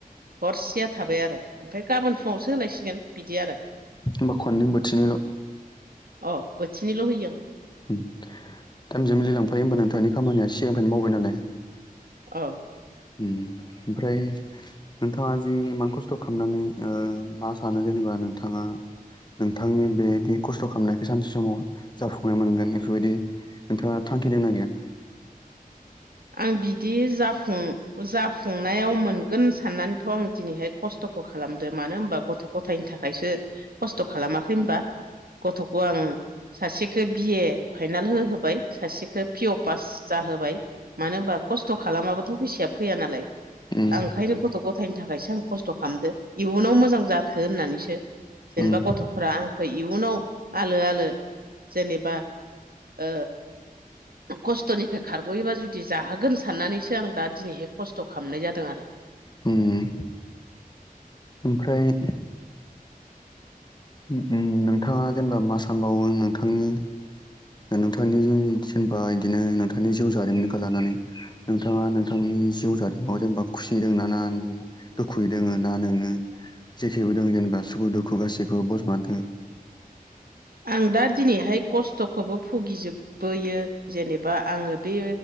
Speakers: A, on the right; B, on the left.
A: हरसेया थाबाय आरो। ओमफाय गाबोन फुङावसो होलायसिगोन बिदि आरो।
B: होमबा खननै बोथिनैल'
A: अ बोथिनैल' होयो आं।
B: उम <unintelligible> लांफायो होमबा नोंथांनि खामानिया सिगांनिफ्रायनो मावबाय नालाय।
A: अ
B: उम ओमफ्राय नोंथाङा जि इमा खस्थ खस्थ' खालामनानै ओ मा सानो जेनेबा नोंथाङा नोंथांनि बेदि खस्थ' खालामनायखौ सानसे समाव जाफुंनाय मोनगोन बेफोर बायदि नोंथाङा थांखि दोंना गैया?
A: आं बिदि जाफुं जा खुंनायाव मोनगोन साननानैथ' आं दिनैहाय खस्थ'खौ खालामदो मानो होनबा गथ'-गथायनि थाखायसो खस्थ' खालामाखै होनबा गथ'खौ आं सासेखो बि ए फाइनाल होहोबाय सासेखौ पि अ पास जाहोबाय। मानो होमबा खस्थ' खालामाबाथ' फैसाया फैया नालाय
B: उम
A: आं ओंखायनो गथ'-गथ' गथायनो थाखायसो आं खस्थ' खालामदो इयुनाव मोजां जाथो होननानैसो। जेनबा
B: उम
A: गथ'फोरा आंखो इयुनाव आलो-आलो जेनेबा ओ खस्थ'निफ्राय खारग'योबा जुदि जाहोगोन साननानैसो आं दा दिनैहाय खस्थ' खालामनाय जादों आरो
B: <inaudible> उम। ओमफ्राय उम उम नोंथाङा जेनेबा मा सानबावो नोंथांनि नोंथांनि जेन-जेनबा बिदिनो नोंथांनि जिउ जारिमिनखौ लानानै नोंथाङा नोंथांनि जिउ जारिमिाव जेनेबा खुसि दों ना ना दुखुयै दोङो ना नोङो जेखिबो दङ' जेनेबा सुखु- दुखु गासैखौबो बजबना दोङो?
A: आं दा दिनैहाय खस्थ'खौबो भुगिजोबबोयो जेनेबा आङो दि